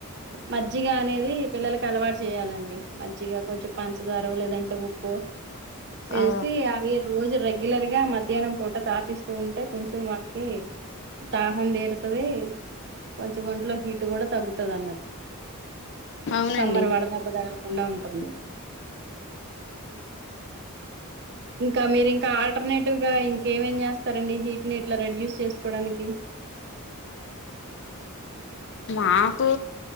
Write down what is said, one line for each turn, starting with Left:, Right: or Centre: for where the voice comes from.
Right: మజ్జిగ అనేది పిల్లలలకు అలవాటు చేయాలండి మజ్జిగా కొంచెం పంచదారో లేదం అంటే ఉప్పు ఎసి
Left: ఆ
Right: అవి రోజు రే రెగ్యులర్గా మధ్యాహ్నం పూట తాపిస్తూ ఉంటే కొంచెం వాళ్ళకి దాహం తీరుతది కొంచెం ఒంట్లో హీట్ కూడా తగ్గుతది అన్నట్టు
Left: అవునండి
Right: సమ్మర్ వడదెబ్బ తగలకుండా ఉంటుంది ఇంకా మీరు ఇంకా ఆల్టర్నేటివ్ గా ఇంకేమేం చేస్తారండి హీట్ ని ఇట్లా రెడ్యూస్ చేసుకోవడానికి
Left: మాకు